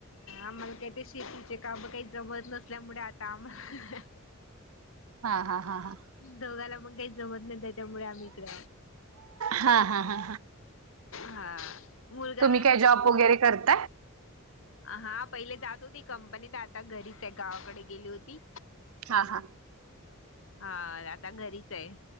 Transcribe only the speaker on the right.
हा हा हा हा.
हा ह
तुम्ही
काय जॉब वगैरे करता
हा हा